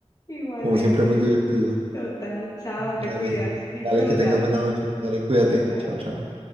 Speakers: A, on the left; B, on the right.
A: Igualmente.
B: Como siempre, muy divertido.
A: Total, chao,
B: Dale,
A: te cuidas. Disfruta.
B: dale, que tengas buena noche. Dale, cuídate.
A: Igual.
B: Chao, chao.